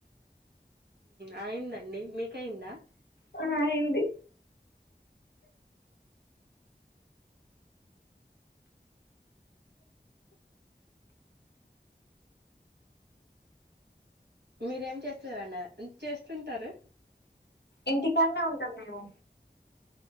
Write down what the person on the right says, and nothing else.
అయిందండి మీకయిందా
మీరేం చేస్తారన్న చేస్తుంటారు